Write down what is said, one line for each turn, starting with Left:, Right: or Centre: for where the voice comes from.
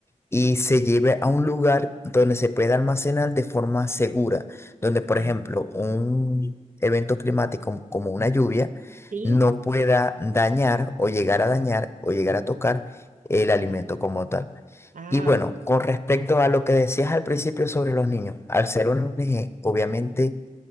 Left: y se lleve a un lugar donde se pueda almacenar de forma segura, donde, por
Right: ya.
Left: ejemplo, un evento climático como una lluvia
Right: sí,
Left: no pueda dañar o llegar a dañar o llegar a tocar el alimento como tal.
Right: ah,
Left: Y bueno, con respecto a lo que decías al principio sobre los niños, al ser una ONG, obviamente